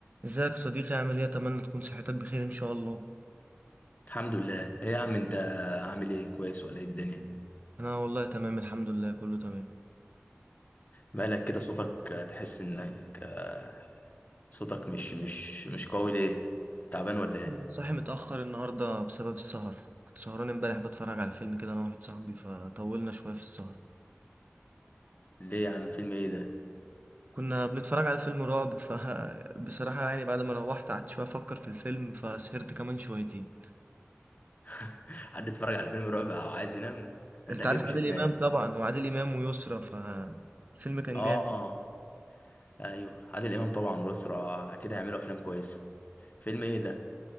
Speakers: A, on the right; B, on the left.
A: ازيك صديقي عامل ايه اتمنى تكون صحتك بخير ان شاء الله
B: الحمد لله ايه يا عم انت عامل ايه كويس ولا ايه الدنيا
A: انا والله تمام الحمد لله كله تمام
B: مالك كده صوتك آه، تحس انك آه، صوتك مش مش مش قوي ليه تعبان ولا ايه
A: صاحي متاخر النهارده بسبب السهر كنت سهران امبارح بتفرج على فيلم كده انا واحد صاحبي فطولنا شويه في السهر
B: ليه يا عم فيلم ايه ده
A: كنا بنتفرج على فيلم رعب فبصراحه <laughs> يعني بعد ما روحت قعدت شويه افكر في الفيلم فسهرت كمان شويتين
B: <laughs> حد اتفرج على فيلم رعب او عايز ينام انت
A: انت
B: اكيد
A: عارف
B: مش
A: عادل
B: هتنام
A: امام طبعا وعادل امام ويسرا فالفيلم كان
B: اه
A: جامد
B: ايوه عادل امام طبعا والاسره كده هيعملوا افلام كويسه فيلم ايه ده